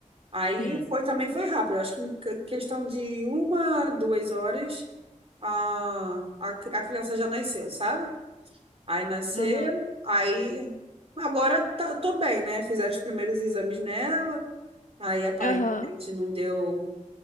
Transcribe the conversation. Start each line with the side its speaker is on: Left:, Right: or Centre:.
Right: Aí
Left: sim.
Right: foi também foi rápido. Eu Acho que em que- questão de uma, duas horas, a, a, cri- a criança já nasceu, sabe? Aí nasceu,
Left: Aham,
Right: aí agora tá, tô bem, né? Fizeram os primeiros exames nela, aí aparentemente
Left: aham,
Right: não deu.